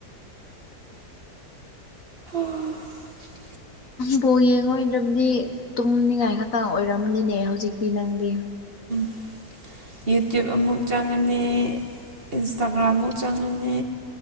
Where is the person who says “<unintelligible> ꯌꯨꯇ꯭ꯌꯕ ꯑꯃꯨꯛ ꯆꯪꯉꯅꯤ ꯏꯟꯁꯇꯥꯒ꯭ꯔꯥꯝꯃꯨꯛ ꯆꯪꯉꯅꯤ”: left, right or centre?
Right